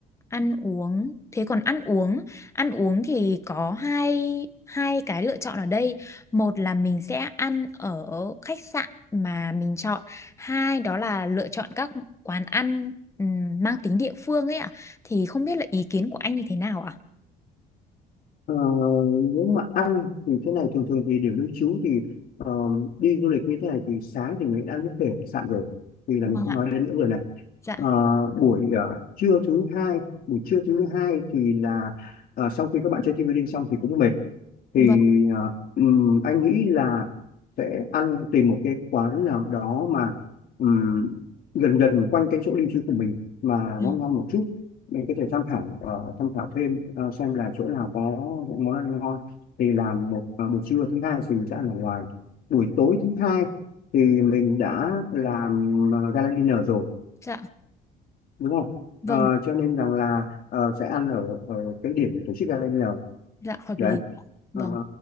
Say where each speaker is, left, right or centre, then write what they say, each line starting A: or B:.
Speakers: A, on the left (about 15°); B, on the left (about 60°).
A: ăn uống thế còn ăn uống ăn uống thì có hai hai cái lựa chọn ở đây một là mình sẽ ăn ở khách sạn mà mình chọn hai đó là lựa chọn các quán ăn ừm, mang tính địa phương ấy ạ thì không biết là ý kiến của anh như thế nào ạ
B: Ờ, nếu mà ăn thì thế này thường thường thì điểm lưu trú thì ờ, đi du lịch như thế này thì sáng thì mình đã ăn buffet ở khách sạn rồi thì
A: Vâng
B: là mình không
A: ạ.
B: nói đến nữa rồi này
A: Dạ.
B: Ờ, buổi ờ, trưa thứ hai buổi trưa thứ hai thì là ờ, sau khi các bạn chơi team building xong thì cũng mệt thì
A: Vâng.
B: ờ, ừm, anh nghĩ là sẽ ăn tìm một cái quán nào đó mà ừm, gần gần quanh cái chỗ lưu trú của mình mà
A: Vâng.
B: ngon ngon một chút mình có thể tham khảo ờ, tham khảo thêm ờ, xem là chỗ nào có món ăn ngon thì làm một ờ, buổi trưa thứ hai thì mình sẽ ăn ở ngoài buổi tối thứ hai thì mình đã làm ờ, gala dinner rồi
A: Dạ.
B: đúng không
A: Vâng.
B: Ờ, cho nên rằng là ờ, sẽ ăn ở ở cái điểm tổ chức gala dinner
A: Dạ hợp
B: đấy
A: lý.
B: Ờ,
A: Vâng.